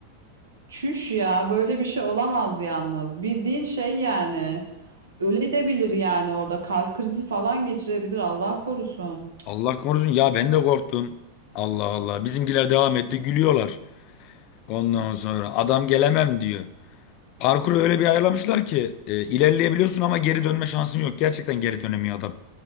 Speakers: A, on the right; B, on the left.
A: çüş ya böyle bir şey olamaz yalnız. Bildiğin şey yani. Öle de bilir yani orada kalp krizi falan geçirebilir Allah korusun.
B: Allah korusun. Ya ben de korktum. Allah Allah. Bizimkiler devam etti. Gülüyorlar. Ondan sonra adam gelemem diyor. Parkuru öyle bir ayarlamışlar ki e, ilerleyebiliyorsun ama geri dönme şansın yok. Gerçekten geri dönemiyor adam.